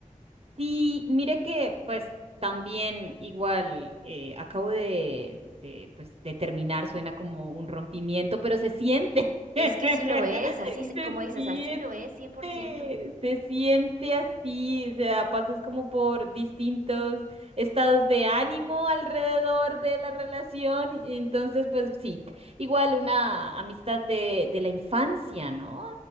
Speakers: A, on the right; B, on the right.
A: Y mire que, pues, también igual eh, acabo de, de, pues, de terminar, suena como un rompimiento, pero se siente, <laughs>
B: Es que sí lo es, así, s-
A: se
B: como dices,
A: siente,
B: así lo es, 100%.
A: se siente así, o sea, pasas como por distintos estados de ánimo alrededor de la relación, y entonces, pues, sí, igual una amistad de, de la infancia, ¿no?